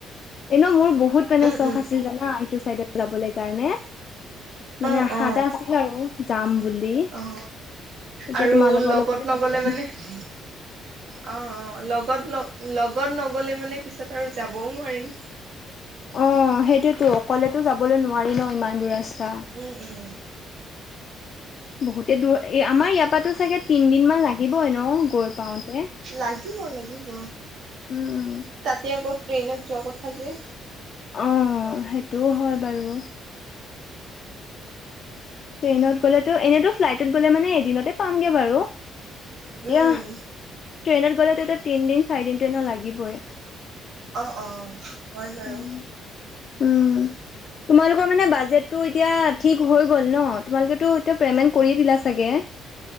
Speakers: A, on the left; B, on the right.
A: এনেও মোৰ বহুত মানে
B: উম
A: চখ
B: উম
A: আছিল জানা, এইটো চাইদট যাবলে কাৰণে। মানে
B: অ
A: আশা
B: অ
A: এটা আছিল আৰু যাম বুলি।
B: অ
A: এতিয়া
B: আৰু
A: তোমালোকৰ
B: লগত
A: লগতে
B: নগ'লে
A: যাব পাৰিম
B: মানে অ', অ' লগ গত ল-লগত নগ'লে মানে পিছত আৰু যাবও নোৱাৰিম।
A: অ', সেইটোৱেটো, অকলেতো যাবলৈ নোৱাৰি ন ইমান দূৰ ৰাস্তা।
B: উম, উম।
A: বহুতে দূৰ, এই আমাৰ ইয়াৰ পৰাতো চাগে তিনদিনমান লাগিবই ন গৈ পাওঁতে?
B: লাগিব, লাগিব,
A: উম উম
B: তাতে আকৌ ট্ৰেইনত যোৱা কথা যে।
A: অ', সেইটোও হয় বাৰু। ট্ৰেইনত গ'লেতো এনেতো ফ্লাইটত গ'লে মানে এদিনতে পামগে বাৰু, <unintelligible>
B: উম,
A: ট্ৰেইনত গ'লেটো এতিয়া তিনদিন চাৰিদিনটো এনেও লাগিবই।
B: অ', অ'। হয় বাৰু।
A: উম, উম। তোমালোকৰ মানে বাজেটটো এতিয়া ঠিক হৈ গ'ল ন, তোমালোকেতো এতিয়া পে'মেণ্ট কৰিয়ে দিলা চাগে?